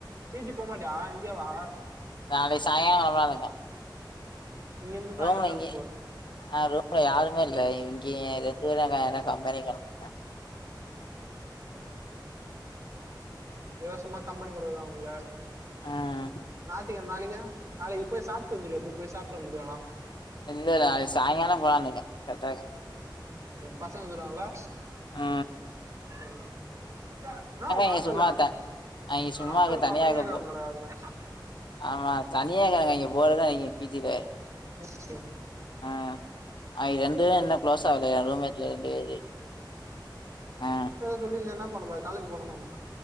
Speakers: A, on the right (about 40°); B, on the left (about 75°).
A: பீஜிகு போமாட்டயா இங்கே வா
B: நாளைக்கு சாய்ங்காலோ வர்லாருக்க
A: இங்கருந்து சாயங்காலம்
B: ரூம்ல
A: கெளம்பி
B: இங்க
A: போ
B: ஆ ரூம்ல யாருமே இல்ல‌ இங்கே ரெண்டு பேர் தா இருக்காங்க கம்பெனி காரங்க
A: ம் இலவசமா கம்பெனி கொடுதா உங்கள
B: ம்
A: ஞாய்த்துகழம நாளைக்கு நாளைக்கு போய் சாப்ட்டு வந்துடு இப்ப போய் சாப்ட்டு வந்துடு வேணா
B: இல்லடா சாயிங்காலோ போலான் இருக்க கரட்டா இருக்கு
A: பசங்க வந்துடுவாங்களா
B: ஆ
A: ம் என்ன உங்க ஹாஸ்டல்ல
B: இங்க சும்மா த அ இங்க சும்மா
A: ஹாஸ்டல்ல
B: இருக்க
A: பசங்ளே
B: தனியா இருக்க
A: காணமேடா
B: போ
A: அதுதா
B: ஆமா தனியா இருகங்க இங்க போறுதா அடிக்கு பீத்திட்டு
A: ம் ம்
B: ஆ அது ரெண்டு தா என்ன குளோஸ் ஆகல எ ரூம்மேட்ல ரெண்டு பேரு ஆ
A: சொல்லு என்னலா பண்ணுவா காலேஜ போனுமாமா